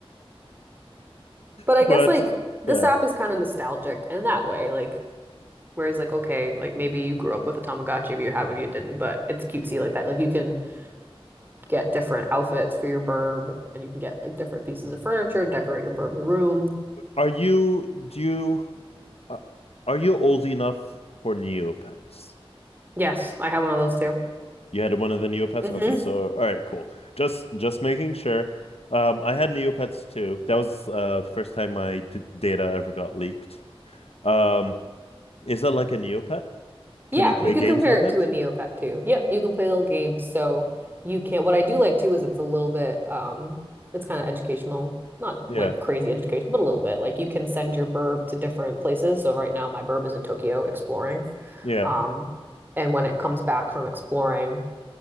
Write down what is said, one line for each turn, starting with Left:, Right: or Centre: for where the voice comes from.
Right: But I
Left: But
Right: guess like this
Left: yeah.
Right: app is kind of nostalgic in that way, like whereas like okay, like maybe you grew up with a Tamagotchi, maybe you had, maybe you didn't, but it's cutesy like that. Like you can get different outfits for your burb, and you can get like different pieces of furniture, decorate your burb's room.
Left: Are you do you uh, are you old enough for Neopets?
Right: Yes, I have one of those too.
Left: You had one of the Neopets?
Right: hmm
Left: Okay, so all right, cool. Just just making sure. Um, I had Neopets too. That was uh the first time my d data ever got leaked. Um, is that like a Neopet?
Right: Yeah,
Left: Can you play
Right: you could
Left: games
Right: compare
Left: with
Right: it
Left: it?
Right: to a Neopet too. Yep, you can play little games, so you can. What I do like too is it's a little bit, um, it's kind of educational, not
Left: Yeah,
Right: like crazy educational, but a little bit. Like you can send your burb to different places. So right now my burb is in Tokyo exploring,
Left: yeah,
Right: um, and when it comes back from exploring,